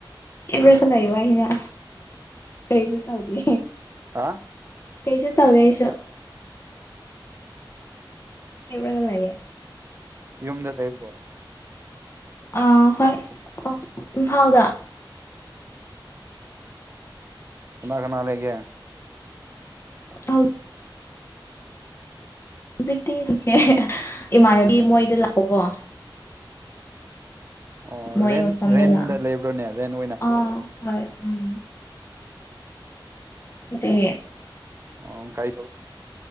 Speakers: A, on the left; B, on the right.
A: ꯏꯕ꯭ꯔꯒꯂꯥꯏ ꯋꯥ ꯑꯩꯅ ꯀꯩꯁꯨꯦ ꯇꯧꯗꯦ
B: ꯍꯥ
A: ꯀꯩꯁ ꯇꯥꯎꯒꯩꯁ ꯍꯦꯕꯨꯀꯅ ꯂꯒꯦ
B: ꯌꯨꯝꯗ ꯂꯩꯕ꯭ꯔꯣ
A: ꯑ ꯍꯣꯏ ꯑ ꯏꯝꯐꯥꯎꯗ
B: ꯏ ꯈꯅꯥꯂꯦꯦ
A: ꯍꯥꯎ ꯍꯧꯖꯤꯛꯇꯤꯁꯦ ꯏꯃꯥꯟꯅꯕꯤ ꯃꯣꯏꯗ ꯂꯥꯛꯑꯣꯀꯣ
B: ꯑꯣ
A: ꯃꯣꯏ
B: ꯔꯦꯟ
A: ꯃꯐꯝꯐꯝꯗ
B: ꯔꯦꯟꯗ
A: ꯂꯥꯛ
B: ꯂꯩꯕ꯭ꯔꯣꯅꯦ ꯔꯦꯟ ꯑꯣꯏꯅ
A: ꯑ ꯍ ꯎꯝ <inaudible>
B: ꯑꯣ ꯀꯥꯏꯗ